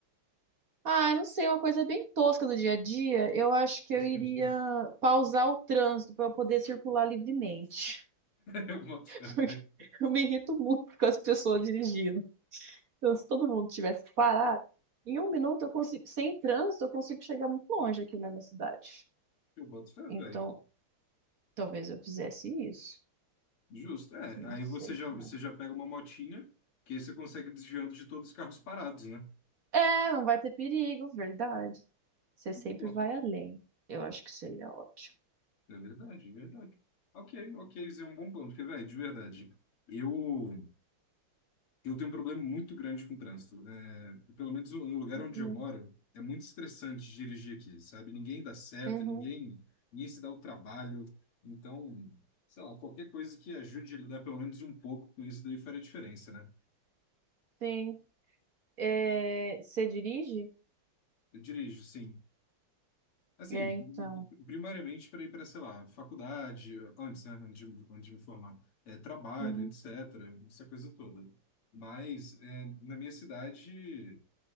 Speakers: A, on the right; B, on the left.
A: Ah, eu não sei, uma coisa bem tosca do dia a dia. Eu acho que
B: <laughs>
A: eu iria pausar o trânsito para eu poder circular livremente.
B: Eu boto
A: <laughs>
B: fé, velho.
A: Porque eu me irrito muito com as pessoas dirigindo. Então, se todo mundo tivesse parado, em um minuto eu consigo, sem trânsito, eu consigo chegar muito longe aqui na minha cidade.
B: Eu boto fé,
A: Então,
B: velho.
A: talvez eu fizesse isso.
B: Justo. É,
A: Não
B: aí
A: sei
B: você já,
A: se
B: você
A: mais.
B: já pega uma motinha, que aí você consegue desviando de todos os carros parados, né?
A: É, não vai ter perigo, verdade. Você sempre
B: Pô,
A: vai além. Eu acho que seria ótimo.
B: é verdade, é verdade. Ok, ok, isso é um bom plano, porque, velho, de verdade, eu, eu tenho um problema muito grande com o trânsito. É, pelo menos no lugar
A: Uhum,
B: onde eu moro, é muito estressante dirigir aqui, sabe? Ninguém dá certo,
A: Uhum,
B: ninguém, ninguém se dá o trabalho. Então, sei lá, qualquer coisa que ajude a lidar pelo menos um pouco com isso daí faria diferença, né?
A: sim. É, você dirige?
B: Eu dirijo, sim. Assim,
A: É, então.
B: primariamente para ir para, sei lá, faculdade, antes, né, antes de, antes de me formar, é, trabalho,
A: Uhum.
B: etc., essa coisa toda. Mas é, na minha cidade